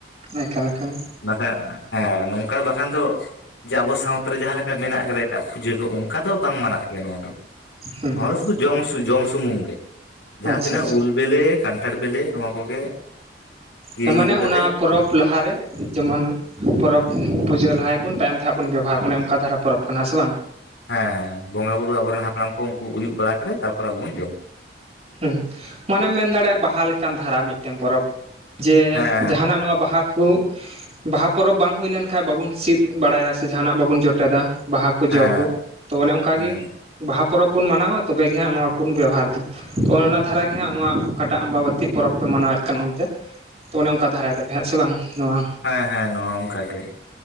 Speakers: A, on the right; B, on the left.
A: ᱮᱠᱟᱞ ᱮᱠᱟᱞ
B: ᱵᱟᱠᱷᱟᱡ ᱦᱮᱸ ᱱᱚᱝᱠᱟ ᱵᱟᱠᱷᱟᱱ ᱫᱚ ᱡᱮ ᱟᱵᱚ ᱥᱟᱶᱛᱟ ᱨᱮ ᱡᱟᱦᱟᱸ ᱞᱮᱠᱟ ᱢᱮᱱᱟᱜ ᱟᱠᱟᱫᱟ ᱮᱴᱟᱜ ᱯᱩᱡᱟᱹ ᱠᱚ ᱚᱱᱠᱟ ᱫᱚ ᱵᱟᱝ ᱢᱟᱱᱟᱜ ᱜᱮᱭᱟ ᱱᱚᱣᱟ ᱫᱚ
A: ᱦᱩᱸ
B: ᱱᱚᱣᱟ
A: ᱦᱩᱸ
B: ᱫᱚ ᱥᱩᱫᱩ ᱡᱚᱢ ᱥᱩ ᱡᱚᱡ ᱥᱩᱢᱩᱝ ᱜᱮ ᱡᱟᱦᱟᱸ
A: ᱟᱪᱪᱷᱟ
B: ᱛᱤᱱᱟᱹᱜ
A: ᱟᱪᱪᱷᱟ
B: ᱩᱞ ᱵᱤᱞᱤ ᱠᱟᱱᱴᱷᱟᱲ ᱵᱮᱞᱤ ᱱᱚᱣᱟ ᱠᱚᱜᱮ ᱠᱤᱨᱤᱧ
A: ᱦᱮᱸ ᱢᱟᱱᱮ
B: ᱟᱹᱜᱩ
A: ᱚᱱᱟ
B: ᱠᱟᱛᱮᱫ
A: ᱯᱚᱨᱚᱵᱽ ᱞᱟᱦᱟᱨᱮ ᱡᱮᱢᱚᱱ ᱯᱚᱨᱚᱵᱽ ᱯᱩᱡᱟᱹ ᱞᱟᱦᱟᱭ ᱵᱚᱱ ᱛᱟᱭᱚᱢ ᱛᱮ ᱦᱟᱸᱜ ᱵᱚᱱ ᱵᱮᱵᱚᱦᱟᱨᱟ ᱚᱱᱮ ᱚᱱᱠᱟ ᱫᱷᱟᱨᱟ ᱯᱚᱨᱚᱵᱽ ᱠᱟᱱᱟ ᱥᱮ ᱵᱟᱝ
B: ᱦᱮᱸ ᱦᱮᱸ ᱵᱚᱸᱜᱟ ᱵᱩᱨᱩ ᱟᱵᱚᱨᱮᱱ ᱦᱟᱯᱲᱟᱢ ᱠᱚ ᱩᱱᱠᱩ ᱚᱭᱩᱜ ᱵᱟᱲᱟ ᱠᱮᱫᱟ ᱛᱟᱯᱚᱨᱮ ᱟᱵᱚ ᱵᱚᱱ ᱡᱚᱢ
A: ᱦᱚᱸ ᱢᱟᱱᱮᱢ ᱢᱮᱱ ᱫᱟᱲᱮᱭᱟᱜᱼᱟ ᱵᱟᱦᱟ ᱞᱮᱠᱟᱱ ᱫᱷᱟᱨᱟ ᱢᱤᱫᱴᱟᱹᱝ ᱯᱚᱨᱚᱵᱽ ᱡᱮ
B: ᱦᱮᱸ
A: ᱡᱟᱦᱟᱱᱟᱜ ᱱᱚᱣᱟ ᱵᱟᱦᱟ <unintelligible> ᱵᱟᱦᱟ ᱯᱚᱨᱚᱵᱽ ᱵᱟᱝ ᱦᱩᱭ ᱞᱮᱱ ᱠᱷᱟᱱ ᱵᱟᱵᱚᱱ ᱥᱤᱫ ᱵᱟᱲᱟᱭᱟ ᱥᱮ ᱡᱟᱦᱟᱱᱟᱜ ᱵᱟᱵᱚᱱ ᱡᱚᱴᱮᱫᱟ ᱵᱟᱦᱟ ᱠᱚ
B: ᱦᱮᱸ
A: ᱡᱚ ᱠᱚ ᱛᱚ ᱚᱱᱮ ᱚᱱᱠᱟᱜᱮ
B: ᱦᱮᱸ
A: ᱵᱟᱦᱟ ᱯᱚᱨᱚᱵᱽ ᱵᱚᱱ ᱢᱟᱱᱟᱣᱟ ᱛᱚᱵᱮᱜ ᱜᱮ ᱦᱟᱸᱜ ᱱᱚᱣᱟ ᱵᱚᱱ ᱵᱮᱵᱷᱨ ᱮᱫᱟ ᱚᱱ-ᱚᱱᱟ ᱫᱷᱟᱨᱟ ᱜᱮ ᱦᱟᱸᱜ ᱱᱚᱣᱟ ᱚᱠᱟᱴᱟᱜ ᱟᱢᱵᱟᱵᱟᱹᱛᱤ ᱯᱚᱨᱚᱵᱽ ᱯᱮ ᱢᱟᱱᱟᱣᱮᱫ ᱠᱟᱱ ᱚᱱᱛᱮ? ᱛᱚ ᱚᱱᱮ ᱚᱱᱠᱟ ᱫᱷᱟᱨᱟᱭ ᱛᱟᱯᱮ ᱦᱮᱸ ᱥᱮ ᱵᱟᱝ ᱱᱚᱣᱟ
B: ᱦᱮᱸ ᱦᱮᱸ ᱱᱚᱣᱟ ᱚᱝᱠᱟ ᱜᱮ᱾